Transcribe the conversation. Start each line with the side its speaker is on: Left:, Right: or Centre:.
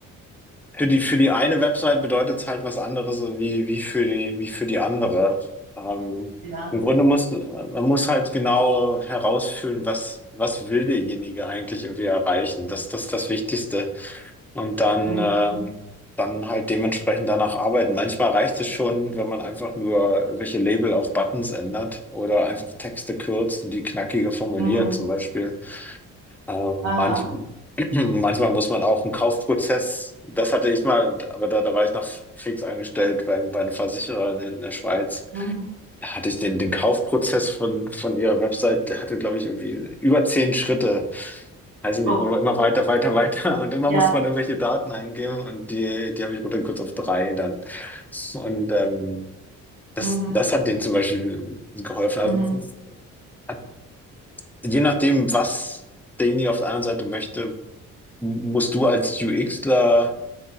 Centre: Für die, für die eine Website bedeutet es halt was anderes wie, wie für die, wie für die andere. Ähm,
Right: Ja.
Centre: im Grunde muss, man muss halt genau herausfühlen, was, was will derjenige eigentlich irgendwie erreichen. Das, das ist das Wichtigste. Und dann,
Right: Mhm.
Centre: ähm, dann halt dementsprechend danach arbeiten. Manchmal reicht es schon, wenn man einfach nur welche Label auf Buttons ändert oder einfach Texte kürzt und die knackiger formuliert,
Right: Mhm.
Centre: zum Beispiel. Äh,
Right: Aha.
Centre: manch, <clears throat> manchmal muss man auch einen Kaufprozess, das hatte ich mal, aber da, da war ich noch fix angestellt beim, bei einem Versicherer in, in der Schweiz.
Right: Mhm.
Centre: Da hatte ich den, den Kaufprozess von, von ihrer Website, der hatte, glaube ich, irgendwie über zehn Schritte. Also nicht,
Right: Oh,
Centre: wo immer weiter, weiter, <laughs> weiter. Und immer
Right: ja.
Centre: musste man irgendwelche Daten eingeben und die, die habe ich runtergekürzt auf drei dann. Und ähm, das,
Right: Mhm.
Centre: das hat denen zum Beispiel geholfen. Also
Right: Mhm.
Centre: es ist, hat, je nachdem, was derjenige auf der anderen Seite möchte, musst du als UXler